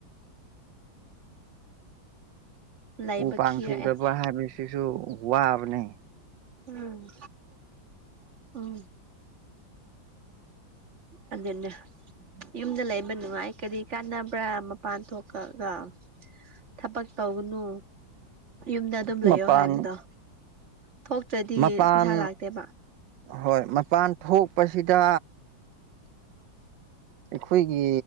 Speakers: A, on the right; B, on the right.
A: ꯂꯩꯕ
B: ꯎ ꯄꯥꯡ
A: ꯈꯤꯔꯛꯑꯦ
B: ꯁꯧꯗꯕ ꯍꯥꯏꯕꯁꯤꯁꯨ ꯋꯥꯕꯅꯤ
A: ꯎꯝ ꯎꯝ ꯑꯗꯨꯗꯅꯦ ꯌꯨꯝꯗ ꯂꯩꯕ ꯅꯨꯡꯉꯥꯏ ꯀꯔꯤ ꯀꯥꯟꯅꯕ꯭ꯔꯥ ꯃꯄꯥꯟ ꯊꯣꯛꯀꯒ ꯊꯕꯛ ꯇꯧꯅꯨ ꯌꯨꯝꯗ ꯑꯗꯨꯝ
B: ꯃꯄꯥꯟ
A: ꯂꯩꯌꯣ ꯍꯥꯏꯕꯗꯣ ꯊꯣꯛꯇ꯭ꯔꯗꯤ
B: ꯃꯄꯥꯟ
A: ꯄꯩꯁꯥ ꯂꯥꯛꯇꯦꯕ
B: ꯍꯣꯏ ꯃꯄꯥꯟ ꯊꯣꯛꯄꯁꯤꯗ ꯑꯩꯈꯣꯏꯒꯤ